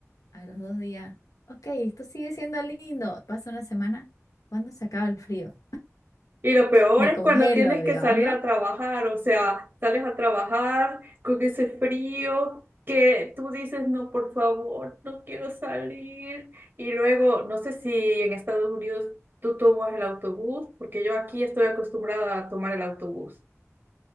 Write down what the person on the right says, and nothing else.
Y lo peor
es
cuando tienes
que salir
a trabajar, o sea, sales a trabajar con ese frío que tú dices, no, por favor, no quiero salir. Y luego, no sé si en Estados Unidos tú tomas el autobús, porque yo aquí estoy acostumbrada a tomar el autobús.